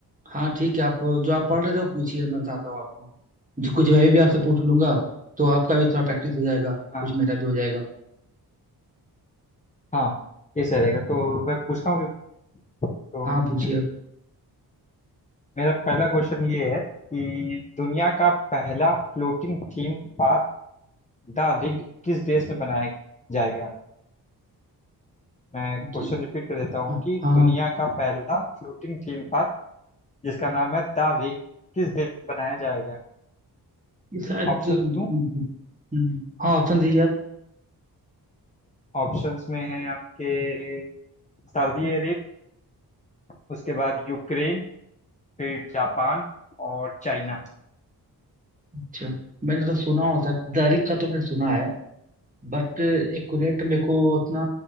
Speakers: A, on the right; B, on the left.
A: हाँ ठीक है आप जो आप पढ़ रहे थे वो पूछिए मैं बताता हूँ आपको जो कुछ मैं भी आपसे पूछ लूंगा तो आपका भी थोड़ा प्रैक्टिस हो जाएगा
B: हाँ
A: कुछ मेरा भी हो जाएगा
B: हाँ हाँ ये सही रहेगा तो मैं पूछता हूँ कि- तो
A: हाँ पूछिए
B: मेरा पहला क्वेश्चन ये है कि दुनिया का पहला floating theme park the ring किस देश में बनाया जाएगा मैं क्वेश्चन
A: जी,
B: रिपीट कर देता हूँ
A: हाँ
B: कि
A: हाँ,
B: दुनिया का पहला फ्लोटिंग थीम पार्क जिसका नाम है द रिंग किस देश में बनाया जाएगा
A: ये शायद
B: ऑप्शन
A: हम्म,
B: दूं
A: हम्म, हाँ ऑप्शन दीजिए आप
B: ऑप्शंस में है आपके सऊदी अरब उसके बाद यूक्रेन फिर जापान और चाइना
A: अच्छा मैंने तो सुना होता दारिक का तो मैंने सुना है बट एक्यूरेट मेरे को उतना